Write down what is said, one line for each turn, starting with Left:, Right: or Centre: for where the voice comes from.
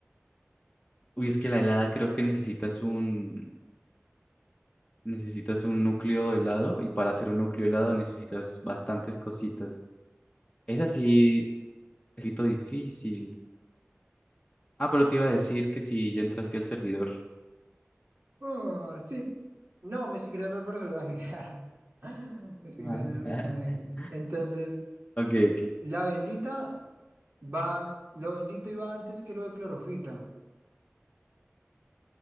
Left: uy, es que la helada creo que necesitas un necesitas un núcleo helado y para hacer un núcleo helado necesitas bastantes cositas. Es así, es un poquito difícil. Ah, pero te iba a decir que si ya entraste al servidor.
Right: Ah, sí, no, me sí crearon el personaje. <laughs> Me sí
Left: Ah.
Right: crearon el personaje.
Left: <laughs>
Right: Entonces,
Left: Ok, ok.
Right: la bendita Va, an- lo bendito iba antes que lo de clorofita.